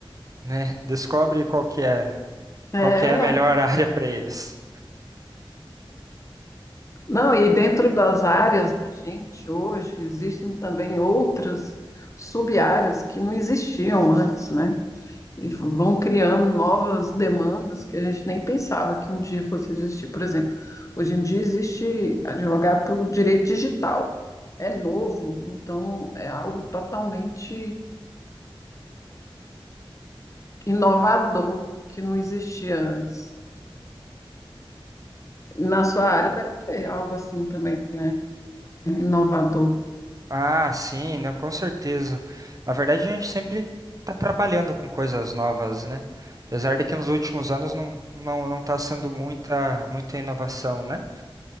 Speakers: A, on the right; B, on the left.
A: né? Descobre qual que é,
B: É,
A: qual que é a melhor <laughs> área para eles.
B: não, e dentro das áreas da gente hoje, existem também outras sub-áreas que não existiam antes, né? E vão criando novas demandas que a gente nem pensava que um dia fosse existir. Por exemplo, hoje em dia existe advogado pelo direito digital. É novo, então é algo totalmente inovador que não existia antes. Na sua área deve ter algo assim também, né? Inovador.
A: Ah, sim, não, com certeza. Na verdade, a gente sempre está trabalhando com coisas novas, né? Apesar de que nos últimos anos não não não está sendo muita muita inovação, né?